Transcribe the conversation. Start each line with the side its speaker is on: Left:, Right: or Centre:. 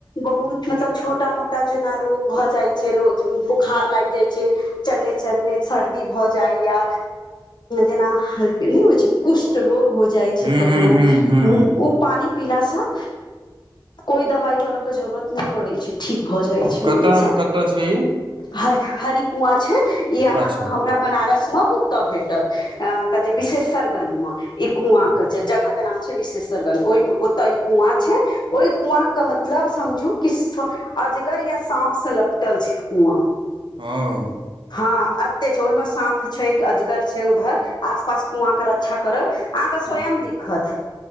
Left: बहुत मतलब छोटा मोटा, जेना रोग भऽ जाइ छै, बुखार लागि जाइ छै। चन्ने चन्ने सर्दी भऽ जाइए, जेना। नहि होइ छै, कुष्ठ रोग भऽ जाइ छै
Right: हूँ
Left: ककरोहुँ।
Right: हूँ हूँ हूँ
Left: ओ पानि पीलासँ कोनो दवाइ करबाक जरूरत नहि पड़ै छै। ठीक भऽ जाइ छै।
Right: कतऽ
Left: ओ इंसान
Right: कतऽ छै ई
Left: हँ, हरी कुआँ छै ई अहाँके
Right: अच्छा
Left: हमरा बनारसमे ओतऽ भेटत। आ कतेक विश्वेश्वरगंजमे ई कूप
Right: हूँ
Left: अछि। जगहके नाम छै विश्वेश्वरगंज, ओतय ई कूप छै। ओहि कूपक मतलब बुझू कि अजगर या साँप सलप। टल छै कुआ
Right: ओ
Left: हँ, एते छै, ओहिमे साँप छै, अजगर छै उधर। आसपास कुआँके रक्षा करैत छथि। अहाँकेँ स्वयं
Right: हूँ
Left: देखत